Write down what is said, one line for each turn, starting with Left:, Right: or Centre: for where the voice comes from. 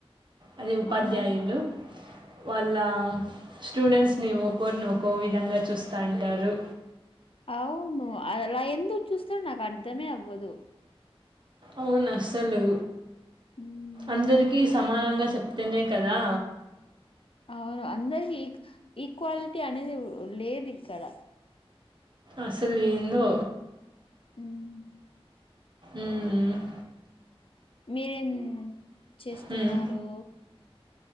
Right: అదే ఉపాధ్యాయులు
Left: ఆహా
Right: వాళ్ళ స్టూడెంట్స్ని ఒక్కొరిని ఒక్కో విధంగా చూస్తంటారు
Left: అవును అ అలా ఎందుకు చూస్తారో నాకు అర్ధమే అవ్వదు
Right: అవును అస్సలు
Left: మ్మ్
Right: అందరికీ సమానంగా చెప్తేనే క దా
Left: అవును అందరికి ఈక్ ఈక్వాలిటీ అనేది ఉ లేదు ఇక్కడ
Right: అసలు ఎందో
Left: ఉమ్
Right: ఉమ్
Left: మీరేం చేస్తున్నారు
Right: హ్మ్.